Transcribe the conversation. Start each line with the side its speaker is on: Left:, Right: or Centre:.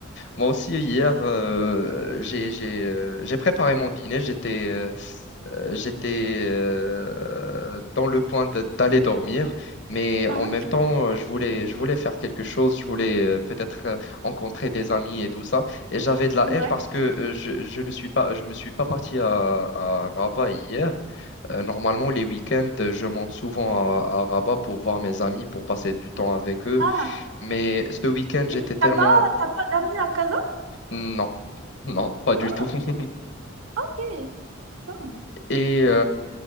Left: Moi aussi, hier, euh, j'ai, j'ai, euh, j'ai préparé mon dîner. J'étais euh, euh, j'étais euh, dans le point de- d'aller dormir, mais
Right: Ah,
Left: en même temps, euh, je voulais, je voulais faire quelque chose. Je voulais euh, peut-être euh, rencontrer des amis et tout ça. Et j'avais de la
Right: ah.
Left: haine
Right: Ouais.
Left: parce que euh, je, je ne suis pas, je me suis pas parti à, à Rabat hier. Euh, normalement, les week-ends, je monte souvent à, à Rabat pour voir mes amis, pour passer du temps avec eux.
Right: Ah.
Left: Mais ce week-end, j'étais
Right: Et
Left: tellement
Right: t'as pas, t'as pas d'amis à Casa?
Left: non, non, pas du
Right: Ah,
Left: tout. <laughs>
Right: ok. Ok. Ah.
Left: Et